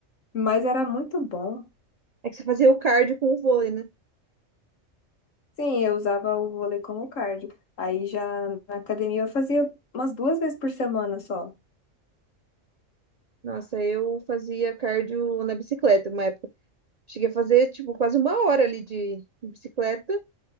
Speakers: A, on the left; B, on the right.
A: Mas era muito bom.
B: É que você fazia o cardio com o vôlei, né?
A: Sim, eu usava o vôlei como cardio. Aí já na academia eu fazia umas duas vezes por semana só.
B: Nossa, eu fazia cardio na bicicleta uma época. Cheguei a fazer, tipo, quase uma hora ali de, de bicicleta.